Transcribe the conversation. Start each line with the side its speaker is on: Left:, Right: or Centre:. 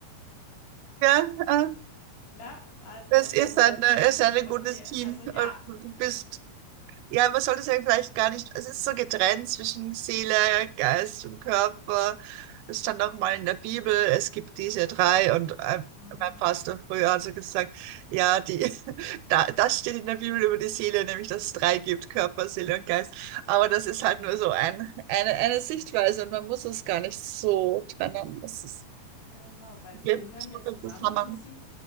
Right: Ja, ah,
Left: Ja, also
Right: das ist
Left: so.
Right: ein, äh,
Left: hm,
Right: ist ein
Left: Okay,
Right: gutes Team.
Left: also ja,
Right: Und du bist Ja, man sollte es ja vielleicht gar nicht, es ist so getrennt zwischen Seele, Geist und Körper. Es stand auch mal in der Bibel, es gibt diese drei und ähm,
Left: mhm,
Right: mein Pastor früher hat so gesagt, ja, die, <laughs> da, das steht in der Bibel über die Seele, nämlich dass es drei gibt, Körper, Seele und Geist. Aber das ist halt nur so ein, eine, eine Sichtweise und man muss es gar nicht so trennen. Das ist,
Left: genau, weil sie
Right: geht
Left: gehören
Right: so
Left: ja zusammen
Right: viel zusammen.
Left: und sie